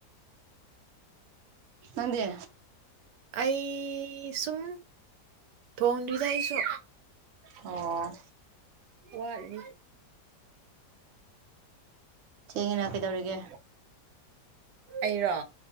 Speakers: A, on the right; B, on the right.
A: ꯅꯪꯗꯤ?
B: ꯑꯩ ꯁꯨꯝ ꯊꯣꯡꯗ꯭ꯔꯤꯗ ꯑꯩꯁꯨ꯫
A: ꯑꯣ꯫
B: ꯋꯥꯠꯂꯤ꯫
A: ꯊꯦꯡꯉꯤꯅ ꯀꯩꯗꯧꯔꯤꯒꯦ?
B: ꯑꯩꯔꯣ?